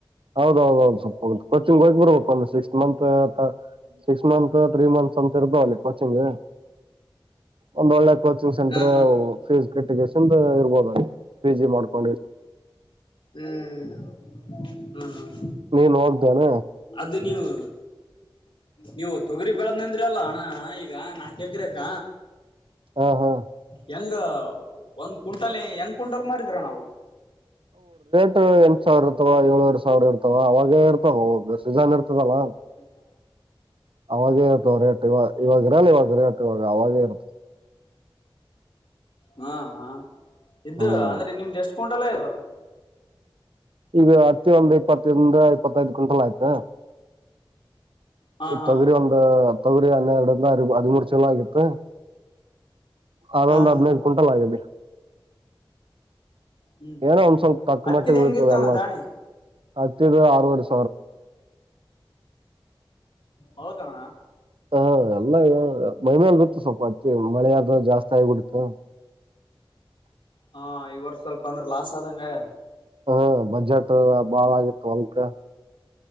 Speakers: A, on the right; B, on the left.
A: ಹೌದೌದೌದು ಸ್ವಪೋಗುತ್ತ ಕೋಚಿಂಗ್ ಹೋಗಿಬರ್ಬೇಕು ಒಂದ sixth month six month three months ಅಂತ ಇರ್ತಾವಲ್ಲಿ ಕೊಚಿಂಗ್ ಒಂದ ಒಳ್ಳೆ ಕೋಚಿಂಗ್ ಸೆಂಟರ್
B: ಹಾ ಹಾ
A: ಫೇಸ್ ಕೆಟ್ಟಿಗೆ ಚಂದ ಇರ್ಬೋದ ಪಿ ಜಿ ಮಾಡ್ಕೊಂಡ
B: ಹ್ಮ್ ಹ್ಮ ಹ್ಮ
A: ನೀನುಕದಾನ
B: ಅದು ನೀವು ನೀವು ತೊಗರಿ ಬೆಳ್ದ್ಂದ್ರಿ ಅಲ್ಲ ಅಣ್ಣ ಈಗ ನಾಕ್ಕ್ರಕ
A: ಹಾ ಹಾ
B: ಹೆಂಗ ಒಂದ್ ಕು್ಂಟಲ್ ಹೆಂಗ್ ಕ್ಂಟಲ್ ಮಾಡಿದ್ರ ನಾವು
A: ಎಂಟಟ್ ಸಾವಿರ ಇರ್ತವ ಏಳವರೆ ಸಾವಿರ ಇರ್ತವ ಅವಾಗ ಇರ್ತವೋಗ ಸಜಾನ್ ಇರ್ತದಲ್ಲ
B: ಹ್ಮ
A: ಅವಾಗೇ ಇರುತವ ರೇಟ್ ಇವಾಗ ಇವಾಗ ಇರಲ್ಲ ಇವಾಗ ರೇಟ್ ಇವಾಗ ಅವಾಗೇ ಇರುತದೆ
B: ಹಾ ಹ ಇದ್ದ
A: ಹ್ಮ್
B: ಅಂದ್ರೆ ನಿಮ್ದ ಎಷ್ಟ್ ಕುಂಟಲ್ಲ ಇದಾವ
A: ಈಗ ಅತ್ತ ಒಂದ್ ಇಪ್ಪತ್ತರಿಂದ ಇಪ್ಪತ್ತದ್ ಕ್ವಿಂಟಲ್ ಆಯ್ತಾ
B: ಹಾ
A: ಈ
B: ಹಾ
A: ತೊಗರಿ
B: ಹಾ
A: ಒಂದ ತೊಗರಿ ಹನ್ನೆರಡಂದ ಹದಿಮೂರು ಚಲ ಆಗಿತ್ತು ಅದಂದ್
B: ಹಾ ಹಾ
A: ಹದ್ೈದು ಕುಂಟಲ್ ಆಗಿದೆ
B: ಹ್ಮ್ ಹ್ಮ್
A: ಏನೋ
B: ಹ್ಮ್
A: ಒಂದ್ ಸ್ವಲ್ಪ ತಕ್ಕ
B: ಹತ್ತಿದ್
A: ಮಟ್ಟಿಗೆ ಬೀಳ್ತದೆ
B: ಹೆಂಗಿತ್ತಣ್ಣ
A: ಎಲ್ಲ
B: ದಾಣಿ
A: ಹತ್ತಿದ ಆರವರ್ಷ
B: ಹೌದಣ
A: ಹಾ ಎಲ್ಲ ಮೈಮೇಲ್ ಗತ್ತು ಸ್ವಲ್ಪ ಅತ್ತ ಮಳೆ ಆದ ಜಾಸ್ತಿ ಆಗಿಬಿಡ್ತು
B: ಹಾ ಇವರು ಸ್ವಲ್ಪ ಅಂದ್ರ ಲಾಸ್ ಆದಂಗ
A: ಹ ಬಜೆಟ್ ಬಾಳ ಆಗಿತ್ತು ಅಲ್ಕ